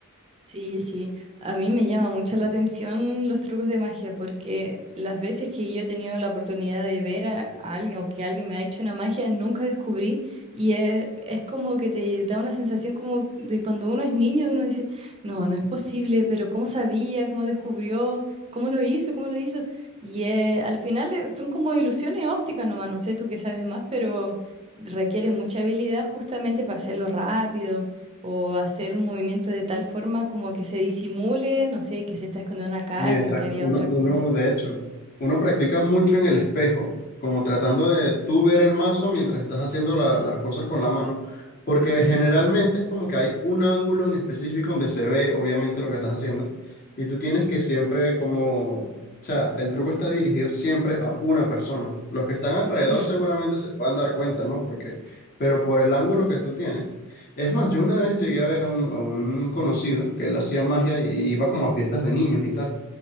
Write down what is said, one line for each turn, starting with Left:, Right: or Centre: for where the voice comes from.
Right: Sí, sí, a mí me llama mucho la atención los trucos de magia porque las veces que yo he tenido la oportunidad de ver a, a alguien o que alguien me ha hecho una magia, nunca descubrí y es, es como que te da una sensación como de cuando uno es niño, uno dice, no, no es posible, pero ¿cómo sabía? ¿Cómo descubrió? ¿Cómo lo hizo? ¿Cómo lo hizo? Y eh, al final eh, son como ilusiones ópticas nomás, no sé tú qué sabes más, pero requiere mucha habilidad justamente para hacerlo rápido o hacer un movimiento de tal forma como que se disimule, no sé, que se está escondiendo una carta
Left: Sí, exacto.
Right: o que había
Left: Uno,
Right: otra
Left: uno,
Right: cosa.
Left: de hecho, uno practica mucho en el espejo, como tratando de tú ver el mazo mientras estás haciendo la- las cosas con la mano, porque
Right: Ujú.
Left: generalmente es como que hay un ángulo en específico donde se ve obviamente lo que estás haciendo, y tú tienes que siempre como, o sea, el truco está dirigido siempre a una persona. Los que están alrededor
Right: Ujú,
Left: seguramente se puedan dar cuenta, ¿no? Porque, pero por el ángulo que tú tienes. Es más, yo una vez llegué a ver a un, a un conocido que él hacía magia y iba como a fiestas de niños y tal.